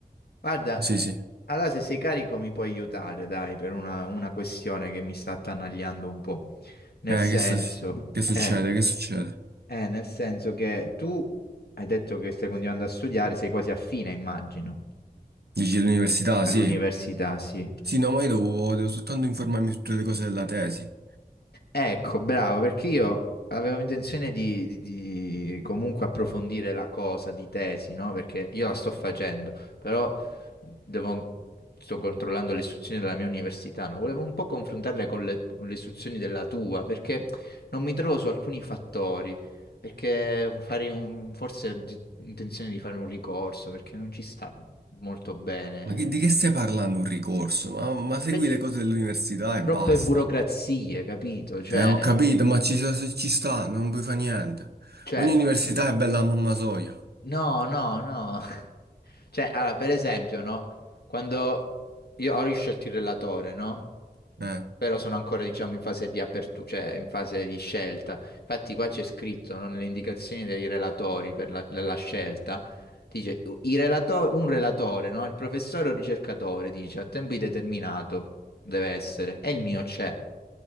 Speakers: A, on the left; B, on the right.
A: Guarda,
B: Sì, sì.
A: allora se sei carico mi puoi aiutare, dai, per una, una questione che mi sta attanagliando un po'. Nel
B: Eh,
A: senso,
B: che, s- che succede?
A: eh,
B: Che succede?
A: eh, nel senso che tu hai detto che stai continuando a studiare, sei quasi a fine, immagino,
B: Dici l'università,
A: all'università,
B: sì.
A: sì.
B: Sì, no, ma io devo, devo soltanto informarmi su tutte le cose della tesi.
A: Ecco, bravo, perché io avevo intenzione di, di- di comunque approfondire la cosa di tesi, no? Perché io la sto facendo, però devo- sto controllando le istruzioni della mia università, no? Volevo un po' confrontarle con le, con le istruzioni della tua, perché non mi trovo su alcuni fattori, perché farei un, forse ho di- intenzione di fare un ricorso, perché non ci sta molto bene.
B: Ma che- di che stai parlando un ricorso? Ma, ma segui
A: Pe-
B: le cose dell'università e
A: troppe
B: basta.
A: burocrazie, capito? Cioè...
B: Eh, ho capito, ma ci, ci sta, non puoi fare niente.
A: Cioè,
B: Ogni università è bella a mamma soia.
A: No, no, no. <laughs> Cioè, allora, per esempio, no? Quando io ho riscelto il relatore, no?
B: Eh.
A: Però sono ancora, diciamo, in fase di apertura, cioè in fase di scelta. Infatti qua c'è scritto, no, Nelle indicazioni dei relatori per la, della scelta, dice, "I relato- un relatore, no? Il professore o ricercatore, dice, a tempo indeterminato deve essere, e il mio c'è.